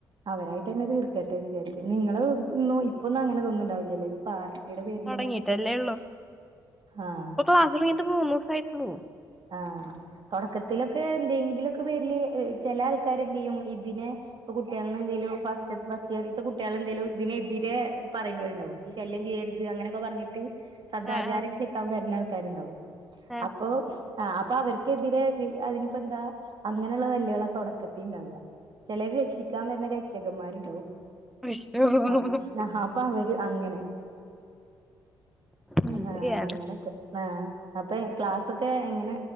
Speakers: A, on the right; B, in the centre.
A: അവരായിട്ട് തന്നെ തീർക്കട്ടേന്ന് വിചാരിക്കും. നിങ്ങള് ഇന്ന് ഇപ്പൊന്നും അങ്ങനെ തൊന്നും ഉണ്ടാവില്ലല്ലേ. പാർട്ടിയുടെ പേരിലുള്ള,
B: തൊടങ്ങിട്ടല്ലേ
A: ആഹ്.
B: ക്ലാസ്സ് തുടങ്ങിയിട്ട് മൂന്ന് ദിവസം ആയിട്ടുള്ളു. <inaudible>
A: ആഹ് തൊടക്കത്തിലൊക്കെ എന്തെങ്കിലുമൊക്കെ പേരില്, ചെല ആൾക്കാര് എന്ത് ചെയ്യും, ഇതിനെ ഇപ്പൊ കുട്ടികളിനെ എന്തേലും, ഫസ്റ്റ് ഫസ്റ്റ് ഇയറിലത്തെ കുട്ടികള് എന്തേലും ഇതിനെതിരെ പറയുന്നവരുണ്ടാവും. ഈ ശല്യം ചെയ്യരുത് അങ്ങനെയൊക്കെ പറഞ്ഞിട്ട്. സദാചാരം
B: ആഹ് ആഹ്
A: കളിക്കാൻ വരുന്ന ആൾക്കാരുണ്ടാവും.
B: ആഹ്
A: അപ്പൊ ആഹ് അപ്പൊ അവർക്കെതിരെ അതിനിപ്പോ എന്താ അങ്ങനെയുള്ള തല്ലുകളാ തുടക്കത്തിൽ ഉണ്ടാവുക. ചിലര് രക്ഷിക്കാൻ വരുന്ന രക്ഷകൻമാരുണ്ടാവും.
B: വിഷു
A: ആഹ് ആഹ് അപ്പം അവര് അങ്ങനെ.
B: എന്ത്
A: ആഹ്
B: ചെയ്യാന
A: അങ്ങനക്കെ. ആഹ് അപെ ക്ലാസ്സൊക്കെ അങ്ങനെ